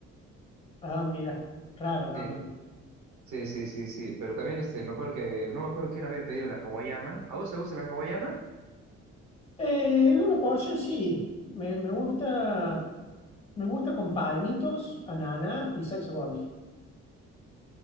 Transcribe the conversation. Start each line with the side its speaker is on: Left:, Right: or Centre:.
Left: Ah, mira, claro también.
Right: Sí, sí, sí, sí, sí. Pero también este, me acuerdo que, no me acuerdo quién había pedido la hawaiana. ¿A vos te gusta la hawaiana?
Left: Eh, una porción sí. Me, me gusta, me gusta con palmitos, ananá y salsa golf.